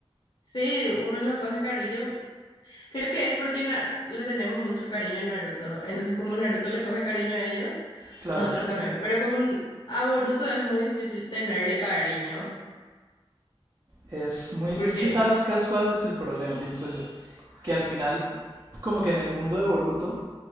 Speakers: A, on the left; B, on the right.
A: Sí, uno los coge cariño. Creo que es porque na- le tenemos mucho cariño a Naruto. Entonces, como Naruto le coge cariño a ellos,
B: claro.
A: nosotros también. Pero como n- a Boruto es muy difícil tenerle cariño,
B: Es muy,
A: porque...
B: es que sabes qué es- cuál es el problema, pienso yo. Que al final, como que en el mundo de Boruto,